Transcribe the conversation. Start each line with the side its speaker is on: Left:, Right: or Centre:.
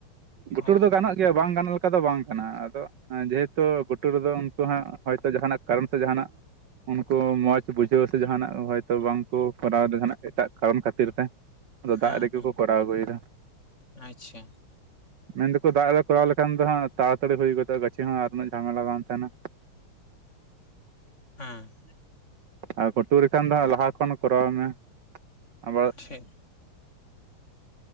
Right: ᱜᱩᱴᱩ
Left: ᱚ
Right: ᱨᱮᱫᱚ ᱜᱟᱱᱚᱜ ᱜᱮ ᱜᱮᱭᱟ ᱵᱟᱝ ᱜᱟᱱᱚᱜ ᱞᱮᱠᱟ ᱫᱚ ᱵᱟᱝ ᱠᱟᱱᱟ ᱟᱫᱚ ᱡᱮᱦᱮᱛᱩ ᱜᱷᱩᱴᱩ ᱨᱮᱫᱚ ᱩᱱᱠᱩ ᱦᱟᱸᱜ ᱦᱳᱭᱛᱳ ᱡᱟᱦᱟᱱᱟᱜ ᱠᱟᱨᱚᱱ ᱥᱮ ᱡᱟᱦᱟᱱᱟᱜ ᱩᱱᱠᱩ ᱢᱚᱡᱽ ᱵᱩᱡᱷᱟᱹᱣ-ᱟ ᱥᱮ ᱡᱟᱦᱟᱱᱟᱜ ᱦᱚᱭᱛᱳ ᱵᱟᱝᱠᱚ ᱠᱚᱨᱟᱣ ᱡᱟᱦᱱᱟᱜ ᱮᱴᱟᱜ ᱠᱟᱨᱚᱱ ᱠᱷᱟᱹᱛᱤᱨ ᱛᱮ ᱟᱫᱚ
Left: ᱦᱮᱸ
Right: ᱫᱟᱜ ᱨᱮᱜᱮ
Left: ᱦᱮᱸ
Right: ᱠᱚ ᱠᱚᱨᱟᱣ ᱟᱹᱜᱩᱭ ᱮᱫᱟ
Left: ᱟᱪᱪᱷᱟ
Right: ᱢᱮᱱ ᱫᱟᱠᱚ ᱫᱟᱜ ᱨᱮ ᱠᱚᱨᱟᱣ ᱞᱮᱠᱷᱟᱱ ᱫᱚ ᱦᱟᱸᱜ ᱛᱟᱲᱟᱛᱟᱹᱲᱤ ᱦᱩᱭ ᱜᱚᱫᱚᱜᱼᱟ ᱜᱟᱹᱪᱷᱤ ᱦᱚᱸ ᱟᱨ ᱩᱱᱟᱹᱜ ᱡᱷᱟᱢᱮᱞᱟ ᱵᱟᱝ ᱛᱟᱦᱮᱱᱟ
Left: ᱦᱮᱸ
Right: ᱟᱨ ᱜᱷᱩᱴᱩ ᱨᱮ ᱞᱮᱠᱷᱟᱱ ᱫᱚ ᱞᱟᱦᱟ ᱠᱷᱚᱱ ᱠᱚᱨᱟᱣ ᱢᱮ ᱟᱵᱟᱨ
Left: ᱴᱷᱤᱠ